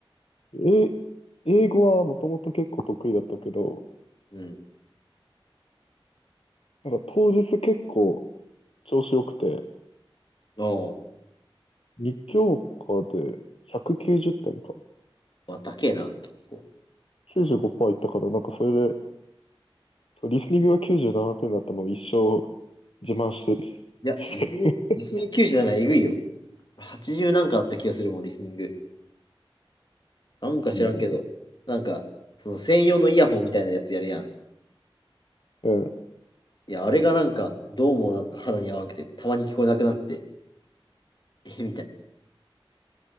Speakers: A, on the left; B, on the left.
A: う。え、英語はもともと結構得意だったけど、
B: うん。
A: なんか当日結構調子良くて、
B: お
A: 2教科で190点か。
B: う。わ、高えな、結構。
A: 95%いったから、なんかそれでそうリスニングが97点だったのを一生自慢して、
B: いや、
A: <laughs> してる
B: リスニング、リスニング97えぐいよ。80なんかあった気がするもん、リスニング。なんか知らんけど、
A: う
B: なんか、その専用のイヤホンみたいなやつやるやん。
A: ん。うん。
B: いや、あれがなんか、どうもなんか肌に合わなくて、たまに聞こえなくなって、<laughs> え、みたいな。